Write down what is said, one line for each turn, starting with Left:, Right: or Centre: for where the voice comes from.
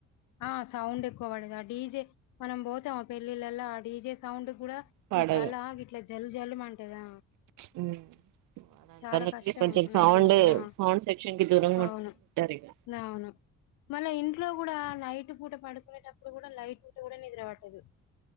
Left: ఆ సౌండ్ ఎక్కువ పడద ఆ డీజే మనం పోతాం ఆ పెళ్లిళ్లల ఆ డీజే సౌండ్ కూడా
Right: పడదు
Left: ఈ తల ఇట్లా జల్ టదా
Right: అలాంటి
Left: చాలా
Right: వాళ్ళకి
Left: కష్టం
Right: కొంచెం
Left: నాకు
Right: సౌండ్
Left: ఆ
Right: సౌండ్ సెక్షన్ కి దూరంగా ఉంటే
Left: అవును
Right: బెటర్ ఇగ
Left: నాను మళ్ల ఇంట్లో కూడా నైట్ పూట పడుకునేటప్పుడు కూడా లైట్ ఉంటే కూడా నిద్ర పట్టదు